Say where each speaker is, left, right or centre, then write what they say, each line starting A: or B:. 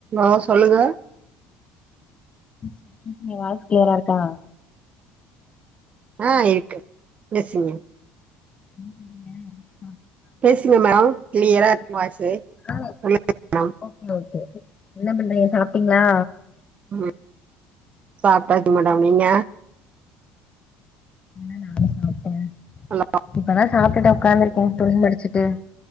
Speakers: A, on the right (about 35°); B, on the left (about 25°).
A: ஆ சொல்லுங்க
B: <inaudible> எ வாய்ஸ் க்ளியரா இருக்கா
A: ஆ இருக்கு பேசுங்க
B: <inaudible>
A: பேசுங்க மேடம் க்ளியரா இருக்கு உங்க வாய்ஸு
B: ம்
A: சொல்லுங்க மேடம்
B: ஓகே ஓகே என்ன பண்றீங்க சாப்ட்டீங்ளா
A: ம் சாப்ட்டாச்சு மேடம் நீங்க
B: என்ன நானு சாப்ட்டே
A: ஹலோ
B: இப்பதா சாப்பிட்டுட்டு உக்காந்துருக்கோ துணி மடிச்சுட்டு